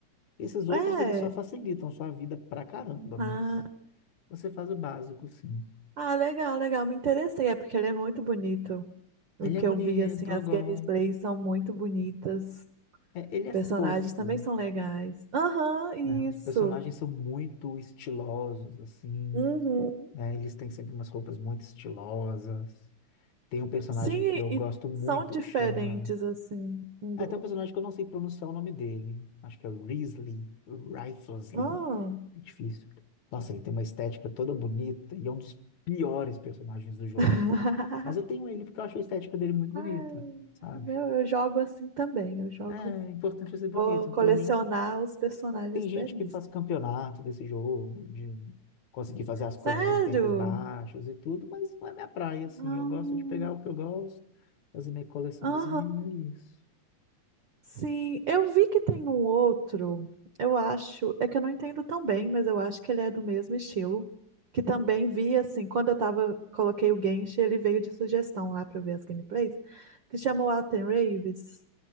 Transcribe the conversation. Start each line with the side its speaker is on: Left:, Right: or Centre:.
Left: Esses outros,
Right: É.
Left: eles só facilitam sua vida pra caramba,
Right: Ah,
Left: mas você faz o básico, sim.
Right: ah, legal, legal. Me interessei. É porque ele é muito bonito. O
Left: Ele
Right: que
Left: é bonito,
Right: eu vi, assim, as
Left: eu gosto.
Right: gameplays são muito bonitas.
Left: É, ele é
Right: Personagens
Left: fofo,
Right: também são legais. Aham, isso.
Left: né? Os personagens são muito estilosos, assim,
Right: Uhum.
Left: né? Eles têm sempre umas roupas muito estilosas. Tem um personagem
Right: Sim,
Left: que eu
Right: e
Left: gosto muito
Right: são diferentes,
Left: que chama
Right: assim, um
Left: Ah,
Right: do
Left: tem
Right: outro.
Left: um personagem que eu não sei pronunciar o nome dele. Acho que é Risley, Rifelsley.
Right: Ah.
Left: É difícil. Nossa, ele tem uma estética toda bonita e é um dos piores personagens do jogo.
Right: <laughs>
Left: Mas eu tenho ele porque eu acho a estética dele muito bonita,
Right: Ah,
Left: sabe?
Right: meu, eu jogo assim também. Eu jogo.
Left: É, é importante ser bonito.
Right: Vou colecionar
Left: Pra mim,
Right: os personagens
Left: tem gente
Right: belíssimos.
Left: que faz campeonato desse jogo, de conseguir fazer as
Right: Sério?
Left: coisas em tempos baixos e tudo, mas não é minha praia, assim.
Right: Ah,
Left: Eu gosto de pegar o que eu gosto, fazer minha coleçãozinha
Right: Aham.
Left: e é isso.
Right: Sim, eu vi que tem um outro, eu acho, é que eu não entendo tão bem, mas eu acho que ele é do mesmo estilo, que também vi, assim, quando eu tava, coloquei o Genshin, ele veio de sugestão lá pra eu ver as gameplays, que chamou Alten Raves.